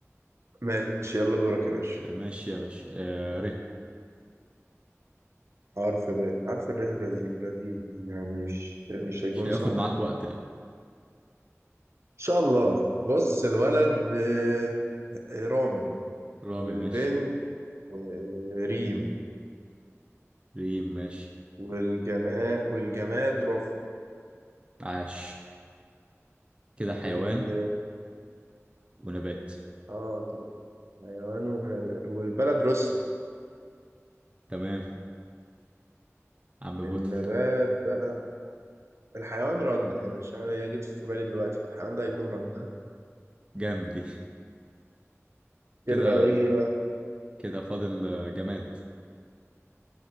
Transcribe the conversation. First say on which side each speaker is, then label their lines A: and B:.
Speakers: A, on the right (about 60°); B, on the right (about 20°).
A: ماشي يلا دورك يا باشا
B: آه، ماشي يا باشا آه، ر
A: عارف الريح عارف الريح لذيذ لذيذ يعني مش مش هيكون
B: مش هياخد
A: صعب
B: معاك
A: ان
B: وقت لا
A: شاء الله بص الولد آه، رامي
B: رامي
A: والبنت
B: ماشي
A: آه، ريم
B: ريم ماشي
A: والجماد والجماد رف
B: عاش كده
A: وال
B: حيوان ونبات
A: اه آه، كده حيوان ون- والبلد روسي
B: تمام عم بوتن
A: النبات بقى الحيوان رنة يعني عشان هي جت في بالي دلوقتي فالحيوان ده هيكون رنة
B: جامد دي
A: <laughs>
B: كده
A: كده بقى ايه ليه بقى
B: كده فاضل آه، جماد